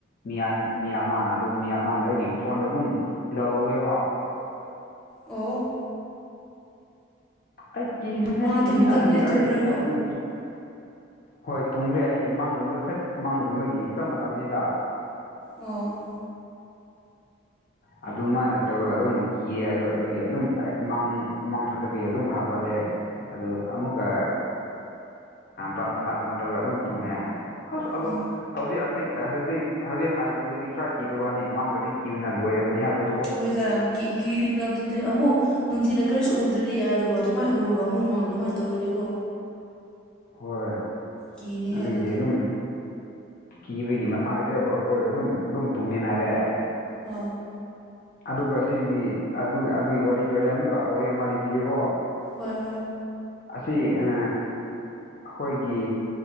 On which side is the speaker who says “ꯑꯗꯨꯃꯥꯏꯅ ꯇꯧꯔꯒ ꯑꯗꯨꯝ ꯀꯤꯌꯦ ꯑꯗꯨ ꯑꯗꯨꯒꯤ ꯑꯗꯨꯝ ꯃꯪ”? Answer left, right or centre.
Left